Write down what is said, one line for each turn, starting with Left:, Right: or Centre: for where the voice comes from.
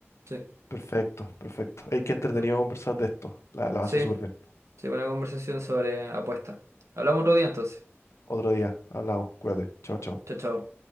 Right: Sí.
Left: Perfecto, perfecto. Hay que entretenido
Right: Mm.
Left: conversar de esto. La, la
Right: Sí,
Left: base súper bien.
Right: sí, buena conversación sobre apuestas. Hablamos otro día entonces.
Left: Otro día, hablamos, cuídate. Chao, chao.
Right: Chao, chao.